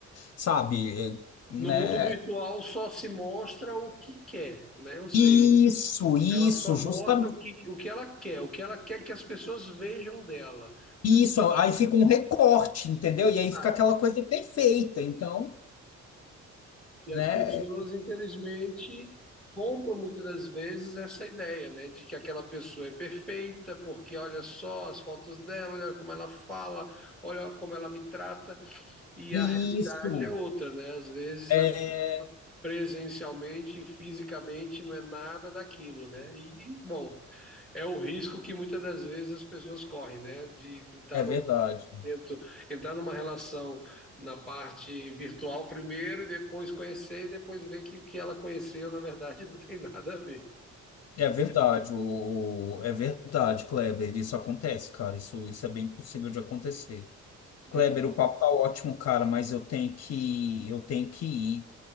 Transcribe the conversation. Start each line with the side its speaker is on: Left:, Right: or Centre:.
Left: sabe, né?
Centre: no mundo virtual só se mostra o que quer, né? Ou seja,
Left: Isso, isso,
Centre: Ela só mostra
Left: justamente
Centre: o que, o que ela quer, o que ela quer que as pessoas vejam dela.
Left: isso. Aí fica um recorte, entendeu? E aí
Centre: Ela-
Left: fica aquela coisa perfeita. Então,
Centre: E as
Left: né?
Centre: pessoas, infelizmente, compram muitas das vezes essa ideia, né, de que aquela pessoa é perfeita, porque olha só as fotos dela, olha como ela fala, olha como ela me trata, e
Left: Isso.
Centre: a realidade é outra, né? Às vezes,
Left: É,
Centre: a- presencialmente, fisicamente, não é nada daquilo, né? E, bom, é o risco que muitas das vezes as pessoas correm, né, de estar
Left: é
Centre: no
Left: verdade.
Centre: tento entrar numa relação na parte virtual primeiro e depois conhecer e depois ver que o que ela conheceu, na verdade, <laughs> não tem nada a ver.
Left: É verdade, o, o- é verdade, Kleber. Isso acontece, cara. Isso, isso é bem possível de acontecer.
Centre: De
Left: Kleber,
Centre: mão.
Left: o papo tá ótimo, cara, mas eu tenho que, eu tenho que ir.